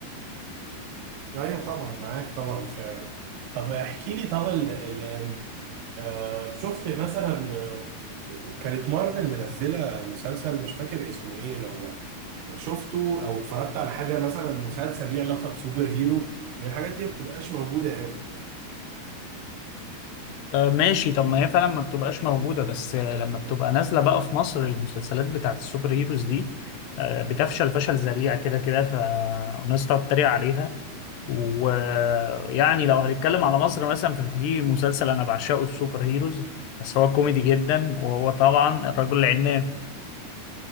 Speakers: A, on the right; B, on the left.
A: ايوه طبعا معاك طبعا فعلا طب احكي لي طب ال- ال- آه، شفت مثلا آه، كانت مارفل منزلة مسلسل مش فاكر اسمه ايه لو شفته او اتفرجت على حاجة مثلا مسلسل ليه علاقة بسوبر هيرو لان الحاجات دي ما بتبقاش موجودة قوي
B: آه، ماشي طب ما هي فعلا ما بتبقاش موجودة بس آه، لما بتبقى نازلة بقى في مصر المسلسلات بتاعت السوبر هيروز دي آه، بتفشل فشل ذريع كده كده فالناس تقعد تتريق عليها ويعني لو هنتكلم على مصر مثلا ففي مسلسل أنا بعشقه السوبر هيروز بس هو كوميدي جدا وهو طبعا الرجل العناب